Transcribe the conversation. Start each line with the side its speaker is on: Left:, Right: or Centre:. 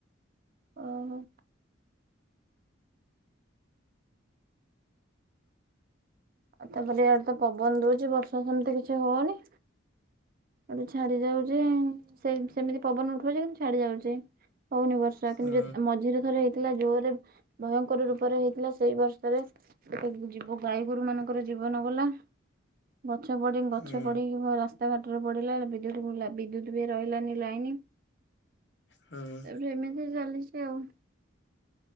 Right: ଓହୋ। ଆଉ ତାପରେ ଇଆଡେ ତ ପବନ ଦଉଛି ବର୍ଷା ସେମିତି କିଛି ହଉନି। ଏଠୁ ଛାଡି ଯାଉଛି ସେ ସେମିତି ପବନ ଉଠଉଛି କିନ୍ତୁ ଛାଡି ଯାଉଛି ହଉନି ବର୍ଷ ପ୍ରାୟ
Left: ହୁଁ
Right: ତିନି ଯେ ଆମ ମଝିରେ ଥରେ ହେଇଥିଲା ଜୋରେ ଭୟଙ୍କର ରୂପରେ ହେଇଥିଲା ସେଇ ବର୍ଷରେ ଯିବୁ ଗାଈ ଗୋରୁ ମାନଙ୍କର ଜୀବନ ଗଲା ଗଛ ପରି ଗଛ
Left: ହୁଁ
Right: ପଡିିକି ରା ଏଥର ପିଡିଲା ବିଦ୍ୟୁତ୍ ବଢିଲା ବିଦ୍ୟୁତ ବି ରହିଲାନି ଲାଇନ୍।
Left: ହୁଁ
Right: ଏବେ ଏମିତି ଚାଲିଛି ଆଉ।